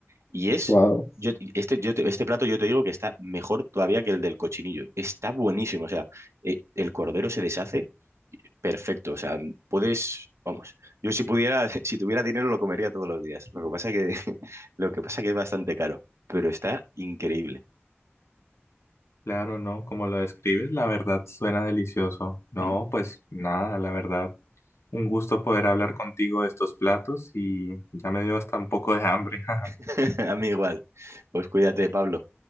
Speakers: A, on the right; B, on the left.
A: Y es,
B: Wow.
A: yo, este, yo te- este plato yo te digo que está mejor todavía que el del cochinillo. Está buenísimo. O sea, eh, el cordero se deshace Perfecto, o sea, puedes, vamos, yo si pudiera, <laughs> si tuviera dinero lo comería todos los días. Lo que pasa que, <laughs> lo que pasa que es bastante caro, pero está increíble.
B: Claro, ¿no? Como lo describes, la verdad suena delicioso. No,
A: Mm,
B: pues nada, la verdad. Un gusto poder hablar contigo de estos platos y ya me dio hasta un poco de hambre. <laughs>
A: <laughs> A mí igual. Pues cuídate, Pablo.